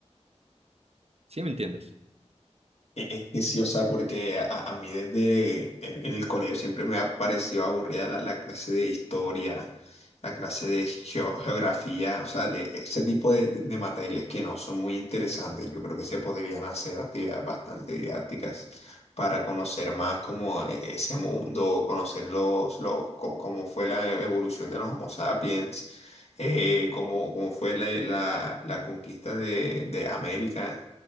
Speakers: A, on the right; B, on the left.
A: ¿Sí me entiendes?
B: E- Es que sí, o sea, porque a, a mí desde en, en el colegio siempre me ha parecido aburrida la, la clase de historia, la clase de geo- geografía, o sea, de ese tipo de, de materias que no son muy interesantes. Yo creo que se podrían hacer actividades bastante didácticas para conocer más como e- ese mundo, conocer los, los, co- cómo fue la evolución de los Homo sapiens, eh, cómo, cómo fue la, la, la conquista de, de América